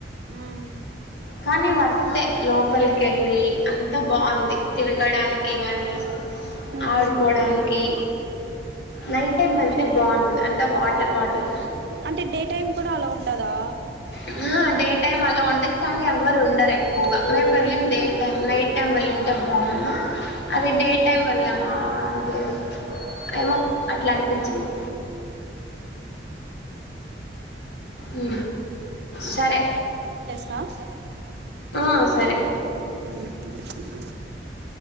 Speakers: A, on the right (about 65°); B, on the left (about 65°).
A: మ్మ్
B: కానీ వర్తే లోపలికి వెళ్ళి అంతా బాగుంది. తిరగడానికి గాని
A: మ్మ్
B: ఆడుకోడానికి నైట్ టైం వెళ్తే బాగుంటది. అంతా వాటర్ వాటర్
A: అంటే డే టైమ్ కూడా అలా ఉంటాదా
B: ఆ! <inaudible> కానీ ఎవరు ఉండరు ఎక్ పోగా మేము వెల్లింది డే టైమ్ నైట్ నైటైమ్ వేళ్ళుంటే బాగుండు అదే డే టైం వేళ్లమా అదే ఏమో అట్లా అనిపించింది ఉ సరే
A: ట
B: అ సరే
A: <inaudible>